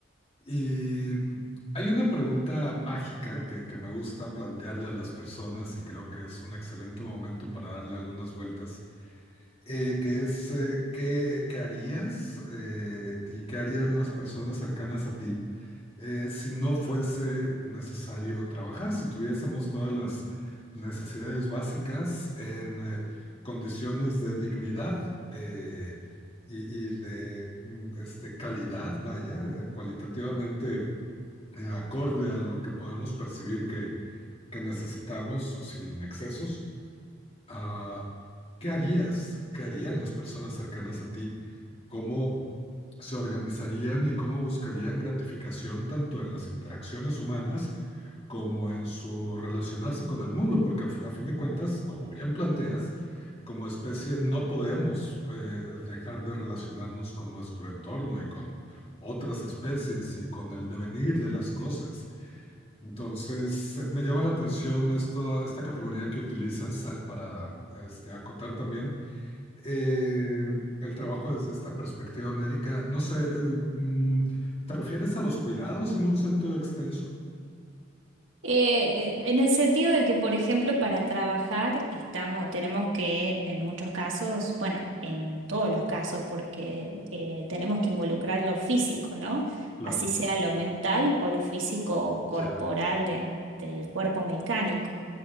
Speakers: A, on the left; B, on the right.
A: Y mm, hay una pregunta mágica que, que me gusta plantearle a las personas y creo que es un excelente momento para darle algunas vueltas eh, que es eh, qué, qué harías eh, y qué harían las personas cercanas a ti eh, si no fuese necesario trabajar, si tuviésemos todas las necesidades básicas en eh, condiciones de dignidad eh, y, y de mm, este, calidad, vaya, eh, cualitativamente eh, acorde a lo que podemos percibir que, que necesitamos sin excesos. Ah, ¿qué harías? ¿Qué harían las personas cercanas a ti? ¿Cómo se organizarían y cómo buscarían gratificación tanto en las interacciones humanas como en su relacionarse con el mundo? Porque a, f- a fin de cuentas, como bien planteas, como especie no podemos eh, dejar de relacionarnos con nuestro entorno y con otras especies y con el devenir de las cosas. Entonces, eh, me llama la atención esto, esta categoría que utilizas eh, para este, acotar también eh, el trabajo desde esta perspectiva médica. No sé, eh, mm, ¿te refieres a los cuidados en un sentido extenso?
B: Eh, eh, en el sentido de que, por ejemplo, para trabajar estamos, tenemos que, en muchos casos, bueno, en todos los casos, porque eh, tenemos que involucrar lo físico, ¿no?
A: Claro,
B: Así sea lo mental o lo físico
A: ya,
B: corporal de- del cuerpo mecánico.